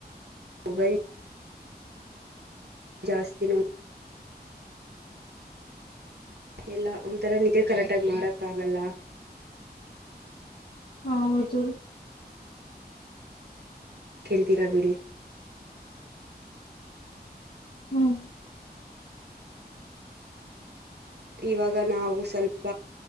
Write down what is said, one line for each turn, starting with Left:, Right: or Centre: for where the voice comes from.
Right: ಹೋಗೈ ಜಾಸ್ತಿಿನ ಎಲ್ಲ ಒಂಥರ ನಿಕೆ ಕರೆಕ್ಟಾಗಿ ಮಾಡಕ್ಕಾಗಲ್ಲ
Left: ಹಾ ಹೌದು
Right: ಕೇಳ್ತೀರಾ ಬಿಡಿ
Left: ಹ್ಮ್
Right: ಇವಾಗ ನಾವು ಸ್ವಲ್ಪ